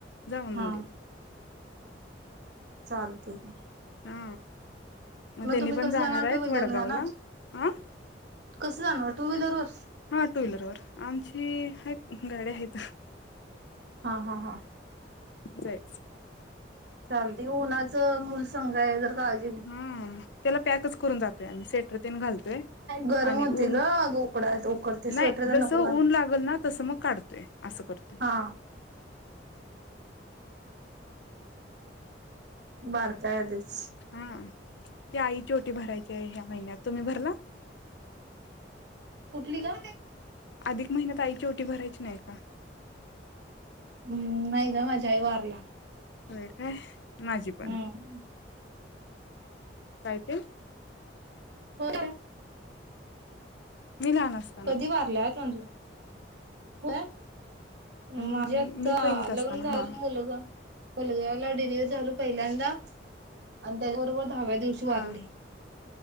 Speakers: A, on the left; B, on the right.
A: जावा मंदिर
B: हा चालते का आहे
A: हा
B: मग
A: त्यांनी
B: तुम्ही
A: पण
B: कसं जाणार
A: आहेत
B: टू व्हीलरने
A: वडगावला
B: जाणार
A: हा
B: कस जाणार टू व्हीलर वर
A: हा टू व्हीलर व आमची गयत
B: हा हा हा
A: जायच
B: चालते उन्हाचं मूल संघ आहे ज काळजी घे
A: हा त्याला पॅकच करून जातोय आ स्वेटर तेज घालतोय
B: गरम
A: आणि
B: होते
A: उन
B: ग उकडा उकडते स्वेटर
A: नाही
B: तर
A: जस
B: नको
A: उन
B: घालू
A: लागल ना तस मग काढतोय अस करतोय
B: हा बार काय आधीच
A: हा ते आईची ओटी भरायची हाय ह्या महिन्यात तुम्ही भरला
B: कुठली ग
A: अधिक महिन्यात आईची ओटी भरायची नाही का
B: हम्म नाही ग माझी आई वारल्या
A: होय काय माझी
B: हम्म
A: पण काय ते
B: होय
A: मी लहान असताना
B: कधी वारल्यात म्हणलं होय
A: हम्म
B: माझे आता
A: मी पहिलीत असताना
B: लग्न झालं
A: हा
B: मुलं ग मुलग्याला डिलिव्हरी झालो पहिल्यांदा आणि त्याचबरोबर दहाव्या दिवशी
A: हा
B: वारली